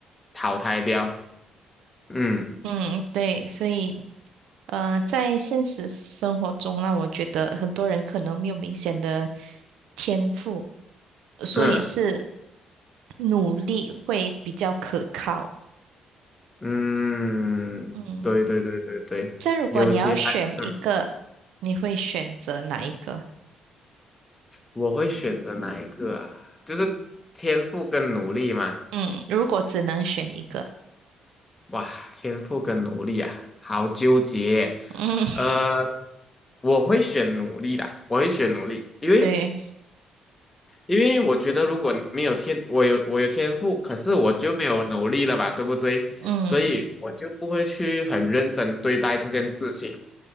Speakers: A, on the left; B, on the right.
A: 淘汰掉。嗯。
B: 嗯，对，所以呃，在现实生活中啦，我觉得很多人可能没有明显的天赋，所以是
A: 嗯
B: 努力会比较可靠。
A: 嗯，
B: 嗯，
A: 对对对对对，
B: 这样如果你要选一个，
A: 尤其还，嗯，
B: 你会选择哪一个？
A: 我会选择哪一个啊？就是天赋跟努力嘛。
B: 嗯，如果只能选一个，
A: 哇，天赋跟努力啊，好纠结。
B: 嗯，<laughs>
A: 呃，我会选努力啦，我会选努力，因为
B: 对，
A: 因为我觉得如果没有天，我有我有天赋，可是我就没有努力了嘛，对不对？
B: 嗯，
A: 所以我就不会去很认真对待这件事情。